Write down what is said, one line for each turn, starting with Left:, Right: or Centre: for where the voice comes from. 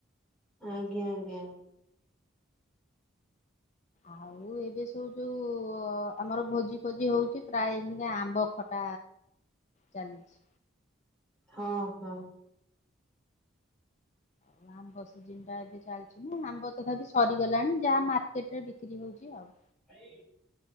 Centre: ଆଜ୍ଞା ଆଜ୍ଞା।
Left: ଆଉ ଏବେ ସବୁ ଯୋଉ ଆମର ଭୋଜି ଫୋଜି ହଉଚି ପ୍ରାୟ ଏଇନିକା ଆମ୍ବ ଖଟା ଚାଲିଚି।
Centre: ହଁ ହଁ।
Left: ଆଉ ଆମ୍ବ ସିଜିନ ଟା ଏବେ ଚାଲିଚି ନା, ଆମ୍ବ ତଥାପି ସରିଗଲାଣି ଯାହା ମାର୍କେଟ ରେ ବିକ୍ରି ହଉଚି ଆଉ।
Centre: ଭାଇ